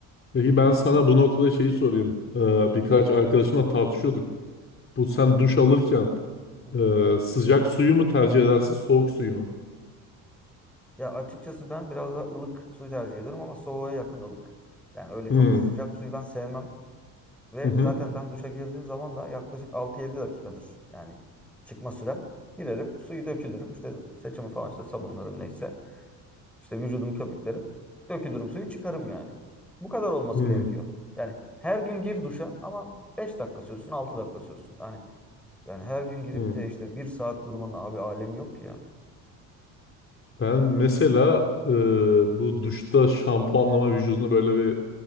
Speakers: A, on the left; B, in the centre.
A: Peki ben sana bu noktada şeyi sorayım. Ee, birkaç arkadaşımla tartışıyorduk. Bu sen duş alırken
B: Hı hı.
A: e, sıcak suyu mu tercih edersin, soğuk suyu mu?
B: Ya açıkçası ben biraz daha ılık suyu tercih ediyorum ama soğuğa yakın ılık. Yani öyle çok
A: Hı hı.
B: sıcak suyu ben sevmem. Ve
A: Hı
B: zaten ben duşa girdiğim zaman da yaklaşık altı yedi dakikadır. Yani çıkma sürem. Girerim, suyu dökülürüm. İşte saçımı falan işte sabunlarım neyse. İşte vücudumu köpüklerim. Dökülürüm suyu çıkarım yani. Bu kadar olması
A: hı.
B: gerekiyor. Yani her gün gir duşa ama 5 dakika sürsün, 6 dakika sürsün. Yani yani her gün girip
A: Hı.
B: de işte bir saat durmanın abi alemi yok ki ya.
A: Ben mesela e, bu duşta şampuanlama vücudunu böyle bir